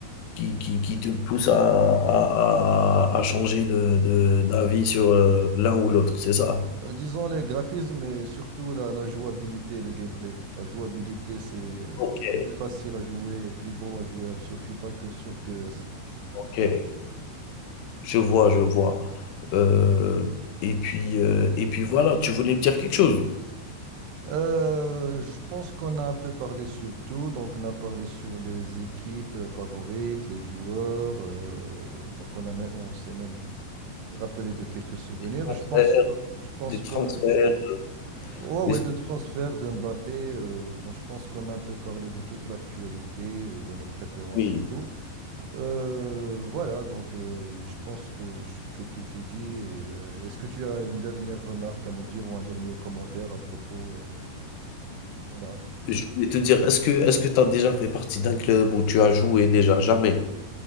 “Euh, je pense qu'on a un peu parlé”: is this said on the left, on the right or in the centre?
Right